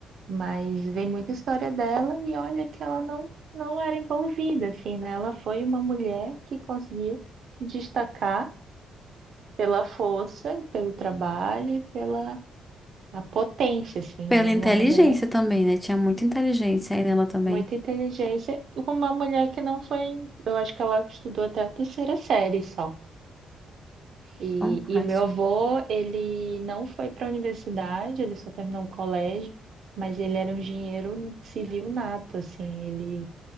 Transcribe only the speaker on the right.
mas vem muita história dela e olha que ela não, não era envolvida, assim, né? Ela foi uma mulher que conseguiu se destacar pela força, pelo trabalho e pela a potência, assim.
Ela era
uma mulher
Muita inteligência. Com uma mulher que não foi. Eu acho que ela estudou até a terceira série só. E,
e
o meu avô, ele não foi para a universidade, ele só terminou o colégio, mas ele era um engenheiro civil nato, assim. Ele,